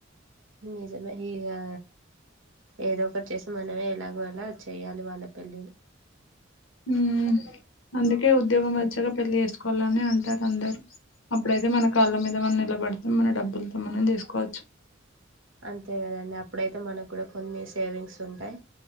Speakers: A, on the right (about 80°); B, on the left (about 75°).
A: నిజమా ఇగా ఏదో ఒకటి చేసి మనమే ఎలాగోల చెయ్యాలి వాళ్ళ పెళ్ళిళ్ళ
B: ఉ అందుకే ఉద్యోగం మధ పచ్చగా పెళ్లి చేసుకోవాలని అంటారు అందరు అప్పుడైతే మన కాళ్ళ మీద మనం నిలబడితే మన డబ్బులతో మనం చేసుకోవచ్చు
A: అంతే కదండి అప్పుడైతే మనకు కూడా కొన్ని సేవింగ్స్ ఉంటాయి